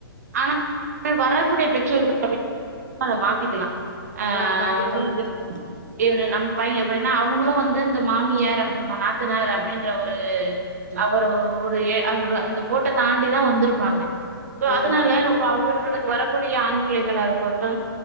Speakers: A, on the right; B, on the left.
A: ஆனா வரக்கூடிய பெற்றோர்க அப்டி அத மாத்திக்கலா அ
B: ஆ கண்டிப்பா
A: வந்து
B: <inaudible>
A: இவுரு நம்ம பைய அப்டின்னா அவங்களு வந்து இந்த மாமியார் நாத்தனார் அப்டின்ற ஒரு அவரோ ஒரு எ ஒரு அந்த கோட்ட தாண்டிதா வந்திருப்பாங்க
B: ஆமா
A: அதுனால அவர்களுக்கு வரக்கூடிய ஆண் பிள்ளைகளா இருக்கட்டு